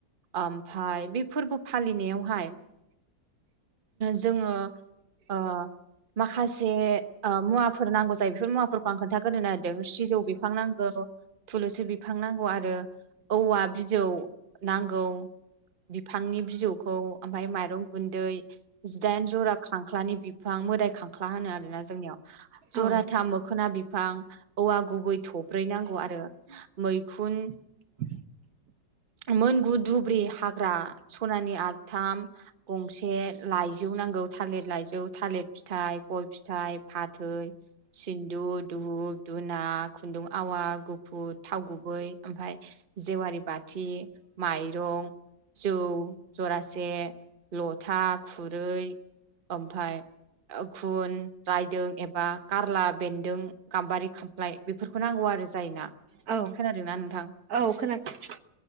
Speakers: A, on the right; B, on the right.
A: आमफाय बे फोरबो फालिनायावहाय जोङो ओ माखासे मुवाफोर नांगौ जायो बेफोर मुवाफोरखौ आं खोन्थाग्रोनो ना नागिरदों सिजौ बिफां नांगौ थुलुसि बि फां नांगौ आरो औवा बिजौ नांगौ बिफांनि बिजौखौ ओमफ्राय माइरं गुन्दै जिदाइन जरा खांख्लानि बिफां मोदाय खांख्ला होनो आरोना जोंनियाव जराथाम
B: औ
A: मोखोना बिफां औवा गुबै थब्रै नांगौ आरो मैखुन
B: <inaudible>
A: मोनगु दुब्रि हाग्रा सनानि आस थाम गंसे लाइजौ नांगौ थालिर लाइजौ थालिर फिथाइ गय फिथाइ फाथै सिन्दुद दुहुप दुना खुन्दुं आवा गुफुर थाव गुबै बै ओमफाय जेवारिबाथि माइरं जौ जरा से लथा खुरै ओमफाय ओ खुन रायदों एबा कारला बेन्दों गाम्बारि खामफ्लाय बेफोरखौ नांगौ आ आरो जायना
B: औ
A: खोनादोंना नोंथां?
B: औ खोनादों।